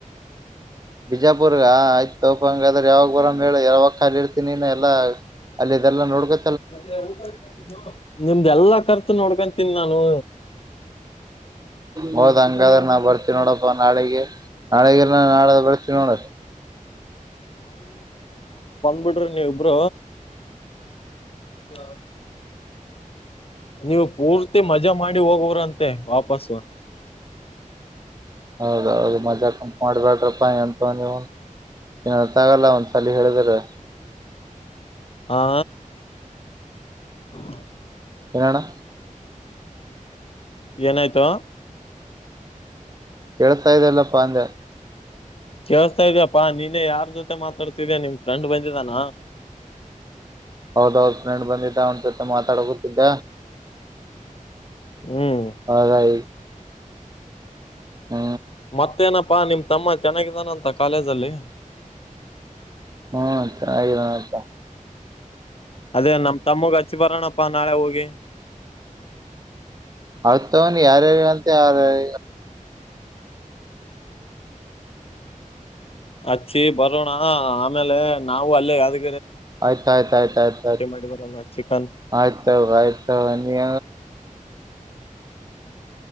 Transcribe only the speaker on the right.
ಬಿಜಾಪುರ್ಗ ಆಯ್ತ. ತೋಪ ಹಂಗಾದ್ರೆ ಯಾವಾಗ ಬರ ಯಾವಾಗ ಕಾಲಿ ಇರ್ತೀನಿ ಎಲ್ಲ ಅಲ್ಲಿ ಇದೆಲ್ಲ ನೋಡ್ಕೊ.
ಹೌದ ಹಂಗಾದ್ರೆ ನಾ ಬರ್ತೀವಿ ನೋಡಪ್ಪ ನಾಳಿಗೆ ನಾಳೆೆಗೆ ನಾಳೆ ಬೆರ್ತೀವಿ ನೋಡ.
ಹೌದೌದು ಮಜ್ಜಾ ಕಂ ಮಾಡ್ಬೇಡ್ರ. ಪ ಅಂತ ನೀ. ಅರ್ಥ್ ಆಗಲ್ಲ ಒಂದ್ಸಲ ಹೇಳಿದ್ರೆ.
ಎನಣ.
ಕೇಳ್ತಾ ಇದ್ದಲ್ಲಪ್ಪಾ ಅಂದ.
ಹೌದೌದ ಫ್ರೆಂಡ್ ಬಂದಿದ್ದ ಒ ಮ ಮಾತಾಡ ಗುತ್ತಿದ್ದ
ಹೌದ ಹ್ಮ
ಹ್ಮ ಚನ್ನಗಿ ಇದಾನೆ <inaudible>
ಅವ ತಗೊಂಡ ಯಾರ್ಯಾರ ಅಂತ ಯಾರಾರ
ಆಯ್ತಾಯಯ್ತ ಆಯ್ತ ಆಯ್ತ
ಆಯ್ತು ಆಯ್ತ ಆಯ್ತ ನೀ್